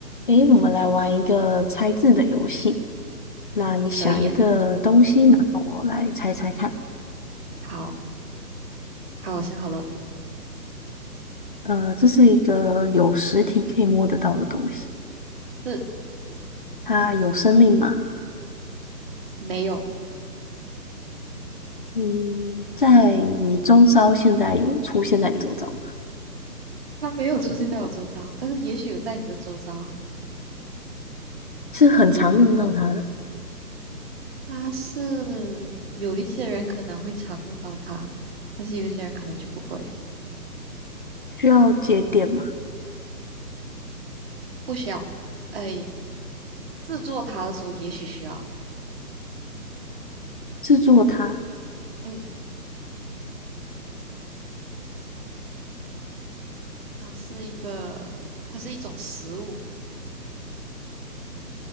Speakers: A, on the left; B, on the right.
A: 诶，我们来玩一个猜字的游戏。那你想一个东西，
B: 可以啊，
A: 然后我来猜猜看。
B: 好，好，我想好了，
A: 呃，这是一个有实体可以摸得到的东西，
B: 是
A: 它有生命吗？
B: 没有，
A: 嗯，在你周遭现在有出现在你周遭吗，
B: 它没有出现在我周遭，但是也许有在你的周遭。
A: 是很常用到它的。
B: 它是有一些人可能会常用到它，但是有一些人可能就不会，
A: 需要节点吗？
B: 不需要。哎，制作它的时候也许需要。
A: 制作它
B: 嗯，它是一个，它是一种食物，